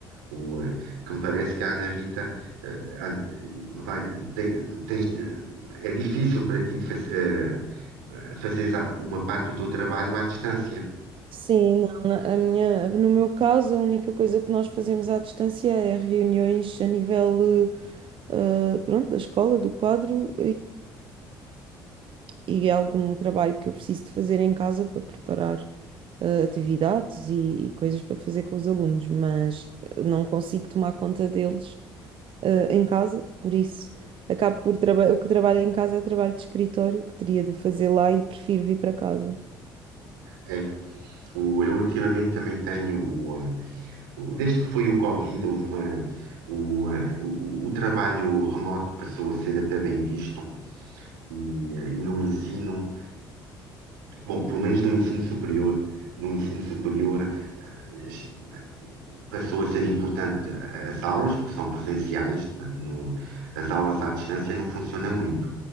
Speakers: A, on the right; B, on the right.
A: O, eh, que me parece que a Ana Rita eh, an- vai, tem- tens de- é difícil para ti de faz, eh, eh, fazeres a- uma parte do teu trabalho à distância.
B: Sim, não, na- a minha, no meu caso, a única coisa que nós fazemos à distância é reuniões a nível, eh, ah, pronto, da escola, do quadro e é algum trabalho que eu preciso de fazer em casa para preparar eh, atividades e, e coisas para fazer com os alunos, mas eh, não consigo tomar conta deles eh, em casa, por isso acabo por trabalhar. O que trabalho em casa é trabalho de escritório, que teria de fazer lá e prefiro vir para casa.
A: É. O, eu ultimamente também tenho o- Desde que foi o Covid, houve uma, o, eh, o, o trabalho remoto passou a ser até bem visto e, eh, e no ensino, bom, pelo menos no ensino superior, no ensino superior eh, es- passou a ser importante a- as aulas, porque são presenciais, portanto, não- as aulas à distância não funcionam muito.